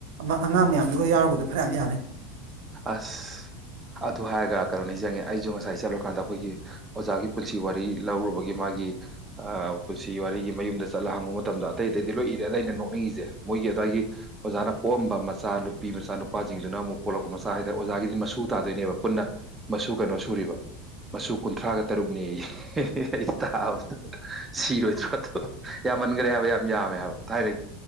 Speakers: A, on the right (about 70°); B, on the right (about 15°).
A: ꯃꯤ ꯑꯉꯥꯡ ꯃꯌꯥꯝꯗꯨꯒ ꯌꯥꯎꯔꯒꯗꯨ ꯐꯅꯌꯥꯝ ꯌꯥꯝꯃꯦ
B: ꯑꯁ ꯑꯗꯨ ꯍꯥꯏꯔꯒ ꯀꯅꯣꯅꯤꯡꯖꯪꯉꯦ ꯑꯩꯁꯨ ꯉꯁꯥꯏ ꯆꯠꯂꯨꯔꯀꯥꯟꯗ ꯑꯩꯈꯣꯏꯒꯤ ꯑꯣꯖꯥꯒꯤ ꯄꯨꯟꯁꯤ ꯋꯥꯔꯤ ꯂꯧꯔꯨꯕꯒꯤ ꯃꯥꯒꯤ ꯑ ꯄꯨꯟꯁꯤ ꯋꯥꯔꯤꯒꯤ ꯃꯌꯨꯝꯗ ꯆꯠꯂ ꯍꯪꯉꯨꯕ ꯃꯇꯝꯗ ꯑꯇꯩ ꯑꯇꯩꯗꯤ ꯂꯣꯏ ꯏꯔꯦ ꯑꯗ ꯑꯩꯅ ꯅꯣꯛꯅꯤꯡꯉꯤꯁꯦ ꯃꯣꯏꯒꯤ ꯑꯗꯥꯏꯒꯤ ꯑꯣꯖꯥꯅ ꯄꯣꯛꯑꯝꯕ ꯃꯆꯥ ꯅꯨꯄꯤ ꯃꯆꯥ ꯅꯨꯨꯄꯥꯖꯤꯡꯗꯨꯅ ꯑꯃꯨꯛ ꯄꯣꯛꯂꯛꯄ ꯃꯆꯥ ꯍꯥꯏꯗ ꯑꯣꯖꯥꯒꯤꯗꯤ ꯃꯁꯨ ꯇꯥꯗꯣꯏꯅꯦꯕ ꯄꯨꯟꯅ ꯃꯁꯨ ꯀꯩꯅꯣ ꯁꯨꯔꯤꯕ ꯃꯁꯨ ꯀꯨꯟꯊ꯭ꯔꯥꯒ ꯇꯔꯨꯛꯅꯦꯌꯦ ꯏꯁ ꯁꯤꯔꯣꯏꯗ꯭ꯔꯣ ꯑꯗꯣ ꯌꯥꯝꯃꯟꯒꯔꯦ ꯍꯥꯏꯕ ꯌꯥꯝ ꯌꯥꯝꯃꯦ ꯍꯥꯏꯕ ꯊꯥꯏꯅꯒꯤ